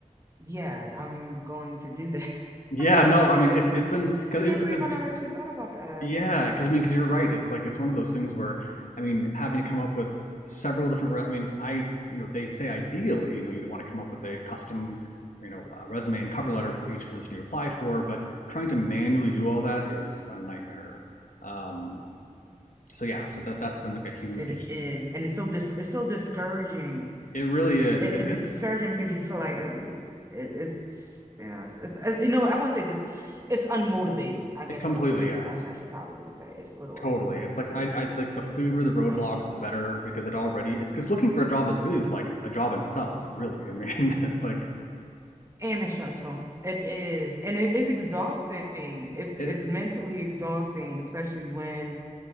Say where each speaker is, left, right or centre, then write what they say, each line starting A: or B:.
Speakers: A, on the right; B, on the left.
A: yeah, I'm going to do that. <laughs>
B: Yeah,
A: Oh,
B: no, I mean it's
A: gosh.
B: it's been because
A: I can't
B: because
A: believe I never
B: <laughs>
A: actually thought about that.
B: yeah, because I mean because you're right. It's like it's one of those things where I mean having to come up with several different. Re- I mean I you know they say ideally you know you'd want to come up with a custom you know uh, resume and cover letter for each position you apply for, but trying to manually do all that is a nightmare. Um, so yeah, so that that's been like a huge
A: It is, and it's so dis it's so discouraging.
B: It really is,
A: it,
B: and,
A: it-
B: and
A: it's discouraging because you feel like, like it, it's yeah it's, it's, it's- you know I won't say this it's unmotivating I guess
B: it completely,
A: I would want to
B: yeah,
A: say, I, sh- I should probably say it's a little unmotivating
B: totally. It's like I, I like the fewer the roadblocks,
A: um
B: the better because it already it's because looking for a job is really like a job in itself. Really, I mean, <laughs> it's like
A: and it's stressful it is and it, it's exhausting it's it's
B: it
A: mentally exhausting especially when